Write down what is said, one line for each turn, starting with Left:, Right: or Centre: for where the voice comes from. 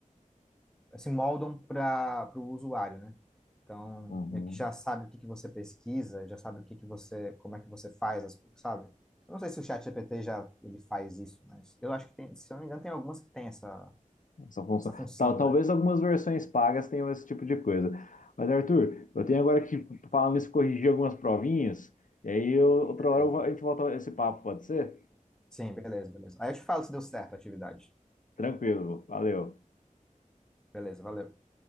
Centre: se moldam para o usuário, né? Então,
Left: Uhum.
Centre: meio que já sabe o que que você pesquisa, já sabe o que que você, como é que você faz as coisas, sabe? Eu não sei se o chat GPT já ele faz isso, mas eu acho que tem, se eu não me engano, tem algumas que tem essa,
Left: Essa função.
Centre: essa função,
Left: Tal, talvez
Centre: né?
Left: algumas versões pagas tenham esse tipo de coisa. Mas, Arthur, eu tenho agora que, falando nisso, corrigir algumas provinhas. E aí, eu- outra
Centre: Beleza.
Left: hora, eu- a gente volta a esse papo, pode ser?
Centre: Sim, beleza, beleza. Aí eu te falo se deu certo a atividade.
Left: Tranquilo, valeu.
Centre: Beleza, valeu.